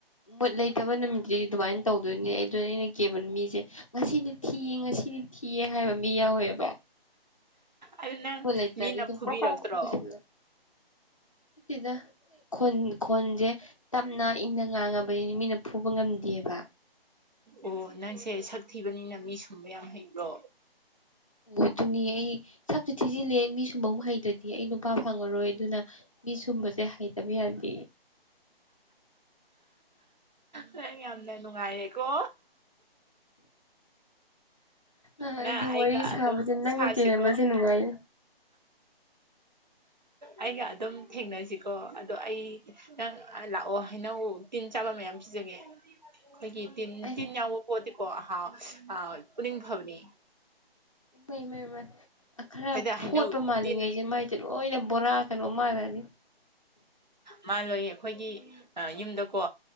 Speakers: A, on the left (about 35°); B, on the right (about 45°).
A: ꯃꯨꯠ ꯂꯩꯇꯕ ꯅꯨꯃꯤꯠꯇꯤꯗꯤ ꯗꯨꯃꯥꯏꯟ ꯇꯧꯗꯣꯏꯅꯦ ꯑꯗꯨꯅꯦ ꯑꯩꯅ ꯀꯦꯕ ꯃꯤꯖꯦ ꯉꯁꯤꯗꯤ ꯊꯤꯌꯦ ꯉꯁꯤꯗꯤ ꯊꯤꯌꯦ ꯍꯥꯏꯕ ꯃꯤ ꯌꯥꯎꯋꯦꯕ
B: ꯑꯗꯨ
A: ꯅꯤꯡꯕ
B: ꯅꯪ
A: ꯂꯩꯇ꯭ꯔꯗꯤ
B: ꯃꯤꯅ
A: ꯑꯗꯨꯝ
B: ꯐꯨꯕꯤꯔꯛꯇ꯭ꯔꯣ
A: ꯀ꯭ꯔꯣ ꯀ꯭ꯔꯣ ꯂꯣꯏꯁꯤꯜꯂꯦ ꯅꯠꯇꯦꯗ ꯈꯨꯟ ꯈꯣꯟꯖꯦ ꯇꯞꯅ ꯏꯪꯅ ꯉꯥꯡꯉꯕꯅꯤ ꯃꯤꯅ ꯐꯨꯕ ꯉꯝꯗꯦꯕ
B: ꯑꯣ ꯅꯪꯁꯦ ꯁꯛ ꯊꯤꯕꯅꯤꯅ ꯃꯤ ꯁꯨꯝꯕ ꯌꯥꯝ ꯍꯩꯕ꯭ꯔꯣ
A: ꯕꯣ ꯑꯗꯨꯅꯦ ꯑꯩ ꯁꯛꯆꯨ ꯊꯤꯖꯤꯜꯂꯦ ꯃꯤ ꯁꯨꯝꯕ ꯑꯃꯨꯛ ꯍꯩꯇ꯭ꯔꯥꯗꯤ ꯑꯩ ꯅꯨꯄꯥ ꯐꯪꯉꯔꯣꯏ ꯗꯨꯅ ꯃꯤ ꯁꯨꯝꯕꯖꯦ ꯍꯩꯇꯕ ꯌꯥꯗꯦ
B: ꯅꯪ ꯌꯥꯝꯅ ꯅꯨꯡꯉꯥꯏꯔꯦꯀꯣ
A: ꯑ ꯑꯩꯗꯤ
B: ꯅꯪ ꯑꯩꯒ
A: ꯋꯥꯔꯤ ꯁꯥꯕꯆꯦ
B: ꯑꯗꯨꯝ
A: ꯅꯪꯒ
B: ꯁꯥꯁꯤꯀꯣ
A: ꯇꯤꯟꯅꯕꯁꯦ ꯅꯨꯡꯉꯥꯏꯅ
B: ꯑꯩꯒ ꯑꯗꯨꯝ ꯊꯦꯡꯅꯖꯤꯀꯣ ꯑꯗꯣ ꯑꯩ ꯅꯪ ꯑ ꯂꯥꯛꯑꯣ ꯍꯩꯅꯧ ꯇꯤꯟ ꯆꯥꯕ ꯃꯌꯥꯝ ꯄꯤꯖꯒꯦ ꯈꯣꯢꯒꯤ ꯇꯤꯟ
A: ꯑꯦ
B: ꯇꯤꯟ ꯌꯥꯎꯕ ꯄꯣꯠꯇꯤꯀꯣ ꯍꯥꯎ ꯑꯥ ꯎꯅꯤꯡ ꯐꯕꯅꯦ
A: ꯏꯄꯩ ꯃꯩ ꯃꯩ ꯈꯔ
B: ꯑꯩꯈꯣꯏꯗ ꯍꯩꯅꯧ
A: ꯐꯣꯠꯄ ꯃꯥꯜꯂꯤꯉꯩꯖꯦ
B: ꯇꯤꯟ
A: ꯃꯥꯏ ꯆꯦ ꯂꯣꯏꯅ ꯕꯣꯔꯥ ꯀꯩꯅꯣ ꯃꯥꯜꯂꯅꯤ
B: ꯃꯥꯜꯂꯣꯏꯌꯦ ꯈꯣꯏꯒꯤ
A: ꯎꯝ
B: ꯌꯨꯝꯗꯀꯣ